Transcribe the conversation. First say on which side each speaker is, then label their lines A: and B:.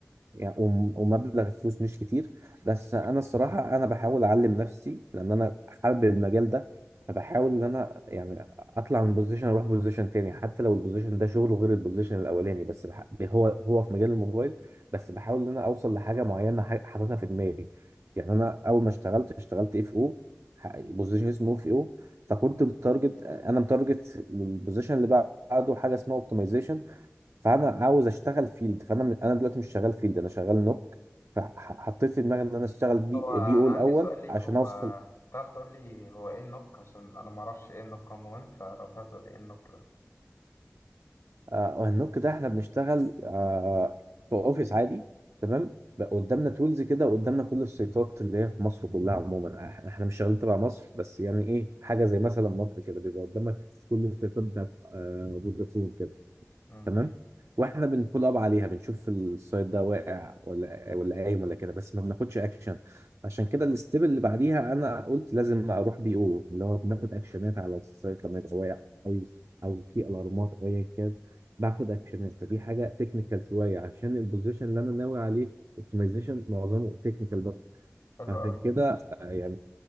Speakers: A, on the right (about 75°); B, on the left (about 80°).
A: يعني وم- ومبلغ الفلوس مش كتير بس انا الصراحه انا بحاول اعلم نفسي لان انا حابب المجال ده فبحاول ان انا يعني اطلع من بوزيشن اروح بوزيشن تاني حتى لو البوزيشن ده شغله غير البوزيشن الاولاني بس بح... هو هو في مجال الموبايل بس بحاول ان انا اوصل لحاجه معينه ح- حاططها في دماغي يعني انا اول ما اشتغلت اشتغلت اف او بوزيشن اسمه اف او فكنت متارجت انا متارجت البوزيشن اللي بعده حاجه اسمها اوبتمايزيشن فانا عاوز اشتغل فيلد فانا م- انا دلوقتي مش شغال فيلد انا شغال نوك فحطيت في دماغي ان انا اشتغل بي,
B: هو
A: بي او
B: انا
A: الاول
B: عندي سؤال ليك
A: عشان
B: هو
A: اوصل
B: تعرف تقول لي هو ايه النوك عشان انا ما اعرفش ايه النوك عموما فلو تعرف تقول لي ايه النوك ده
A: آه النوك ده احنا بنشتغل آه في اوفيس عادي تمام بقى قدامنا تولز كده وقدامنا كل السيطات اللي هي في مصر كلها عموما إح- احنا مش شغالين تبع مصر بس يعني ايه حاجه زي مثلا مصر كده بيبقى قدامك كل السيطات بتاعت آه فودافون كده
B: أمم،
A: تمام واحنا بنفول اب عليها بنشوف السايت ده واقع ولا ولا قايم ولا كده بس ما بناخدش اكشن عشان كده الستيب اللي بعديها انا قلت لازم اروح بي او اللي هو بناخد اكشنات على السايت لما يبقى واقع او او في الارمات او ايا كان باخد اكشنات فدي حاجه تكنيكال شويه عشان البوزيشن اللي انا ناوي عليه اوبتمايزيشن معظمه تكنيكال بقى
B: حلو
A: فعشان
B: قوي
A: كده آه، يعني